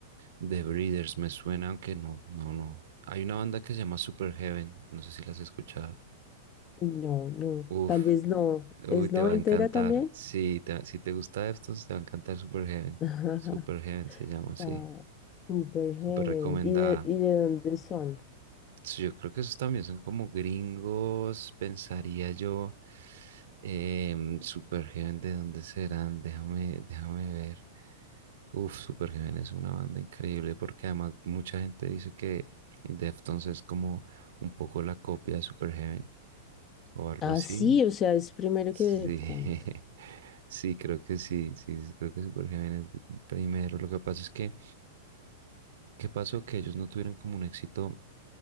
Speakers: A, on the right; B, on the left.
A: The Breeders me suena, aunque no, no, no. Hay una banda que se llama Super Heaven, no sé si las has escuchado.
B: Uy, no, no,
A: Uf,
B: tal vez no.
A: Uy,
B: ¿Es
A: te
B: noventera
A: va a encantar.
B: también?
A: Sí, te- si te gusta Deftones, te va a encantar Superheaven.
B: <laughs>
A: Superheaven se llama, sí.
B: No, Super Heaven.
A: Súper recomendada.
B: ¿Y de, y de dónde son?
A: Sí, Yo creo que esos también son como gringos, pensaría yo. Em, Superheaven, ¿de dónde serán? Déjame, déjame ver. Uf, Superheaven es una banda increíble porque además mucha gente dice que Deftones es como un poco la copia de Superheaven o algo
B: Ah,
A: así.
B: sí, o sea, es primero
A: Sí,
B: que Deftones.
A: <laughs> sí, creo que sí, sí, sí, creo que es Super Gémenes di- primero. Lo que pasa es que, ¿qué pasó? Que ellos no tuvieron como un éxito